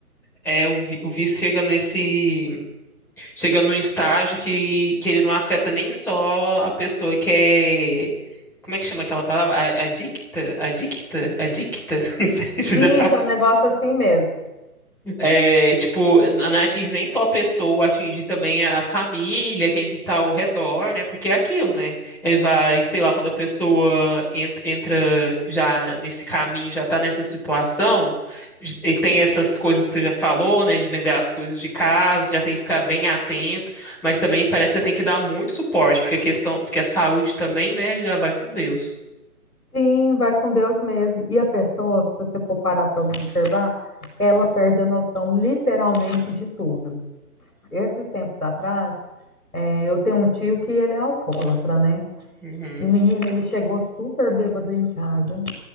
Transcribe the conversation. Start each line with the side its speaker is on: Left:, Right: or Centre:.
Centre: É, o, vi- o vício chega nesse, chega num estágio que, que ele não afeta nem só a pessoa que é, como é que chama aquela palavra? A- Adicta? Adicta? Adicta? <laughs> Não sei se fizer
Left: Isso
Centre: a
Left: é um negócio assim mesmo.
Centre: É, tipo, não atinge nem só a pessoa, atinge também a família, quem que tá ao redor, né? Porque é aquilo, né? Ele vai, sei lá, quando a pessoa en- entra já nesse caminho, já tá nessa situação, j- e tem essas coisas que você já falou, né? De vender as coisas de casa, já tem que ficar bem atento, mas também parece que você tem que dar muito suporte, porque a questão, porque a saúde também, né, já vai com Deus.
Left: Sim, vai com Deus mesmo. E a pessoa, se você for parar para observar, ela perde a noção literalmente de tudo. Esses tempos atrás, eh, eu tenho um tio que ele é alcoólatra, né?
Centre: Uhum.
Left: E o menino, ele chegou super bêbado em casa,